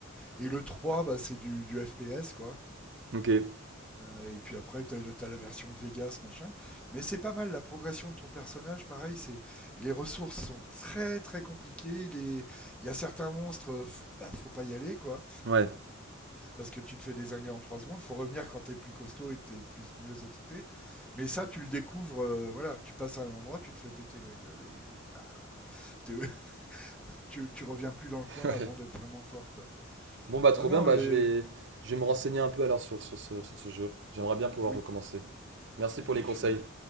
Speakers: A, in the centre; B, on the right.
A: Et le 3 bah, c'est du, du FPS, quoi.
B: Ok. Ouais.
A: Euh, et puis après, tu as, la version Vegas, machin. Mais c'est pas mal, la progression de ton personnage, pareil, c'est les ressources sont très très compliquées. les- Il y a certains monstres, euh, f- bah, faut pas y aller, quoi.
B: <laughs>
A: Parce que tu te fais désinguer en 3 secondes. faut revenir quand t'es plus costaud et que tu plus, mieux équipé. Mais ça, tu le découvres, euh, voilà, tu passes à un endroit, tu te fais péter la gueule et bah, t'es- <laughs> tu, tu reviens plus dans le coin
B: Ouais.
A: avant d'être vraiment fort, quoi.
B: Bon, bah, trop
A: Non, non,
B: bien, bah,
A: les...
B: je vais, je vais me renseigner un peu alors sur, sur ce, sur ce jeu. J'aimerais bien pouvoir
A: oui.
B: recommencer. Merci pour
A: Et
B: les
A: je
B: conseils.
A: fais-